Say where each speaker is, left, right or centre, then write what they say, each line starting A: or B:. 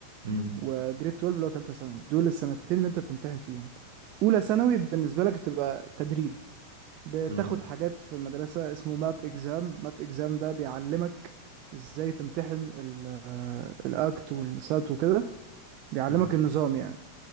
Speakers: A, on the right (about 60°); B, on the right (about 40°).
A: امم
B: وجريد 12 اللي هو تالتة ثانوي دول السنتين اللي انت بتمتحن فيهم اولى ثانوي بالنسبه لك بتبقى تدريب بتاخد
A: امم
B: حاجات في مدرسة اسمه ماب اكزام ماب اكزام ده بيعلمك ازاي تمتحن ال- آه، الاكت والسات وكده بيعلمك
A: امم
B: النظام يعني